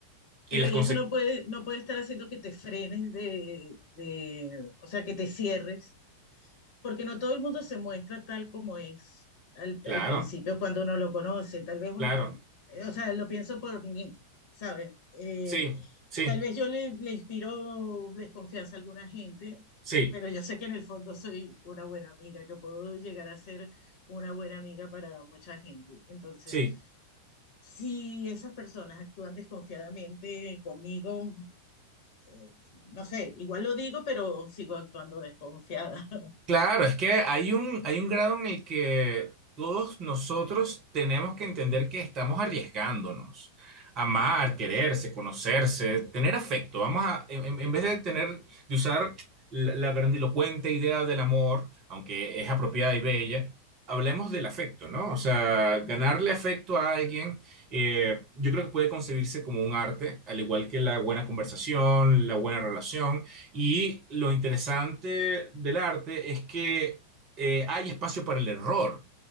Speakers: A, on the right (about 35°); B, on the left (about 50°).
A: Y
B: Pero
A: las
B: y
A: consecuencias...
B: eso no puede, no puede estar haciendo que te frenes de, de- o sea, que te cierres, porque no todo el mundo se muestra tal como es al,
A: Claro,
B: al principio cuando uno lo conoce. Tal vez uno,
A: claro,
B: o sea, lo pienso por mí misma, ¿sabes? Eh,
A: sí, sí,
B: Tal vez yo le, le inspiro desconfianza a alguna gente,
A: sí,
B: pero yo sé que en el fondo soy una buena amiga, que puedo llegar a ser una buena amiga para mucha gente. Entonces,
A: sí.
B: si esas personas actúan desconfiadamente conmigo, eh, no sé, igual lo digo, pero sigo actuando desconfiada. <laughs>
A: Claro, es que hay un, hay un grado en el que todos nosotros tenemos que entender que estamos arriesgándonos. Amar, quererse, conocerse, tener afecto. Vamos a, en, en- en vez de tener, de usar la, la grandilocuente idea del amor, aunque es apropiada y bella, hablemos del afecto, ¿no? O sea, ganarle
B: Ujú.
A: afecto a alguien, eh, yo creo que puede concebirse como un arte, al igual que la buena conversación, la buena relación. Y lo interesante del arte es que eh, hay espacio para el error.